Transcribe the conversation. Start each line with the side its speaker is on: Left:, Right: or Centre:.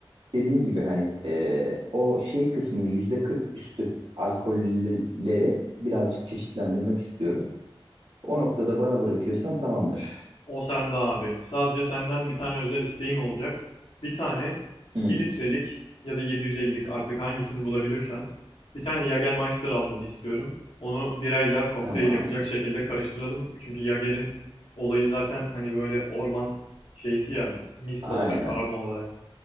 Right: dediğim gibi hani e, o şey kısmını yüzde 40 üstü alkolleri birazcık çeşitlendirmek istiyorum. O noktada bana bırakıyorsan tamamdır.
Left: O sende abi. Sadece senden bir tane özel isteğim olacak. Bir tane
Right: Hı,
Left: bir litrelik ya da 750'lik artık hangisini bulabilirsen. Bir tane Jägermeister almanı istiyorum. Onu birayla kokteyl
Right: tamam.
Left: yapacak şekilde karıştıralım. Çünkü Jäger'in olayı zaten hani böyle orman şeysi ya mist
Right: Aynen.
Left: olarak aroma olarak.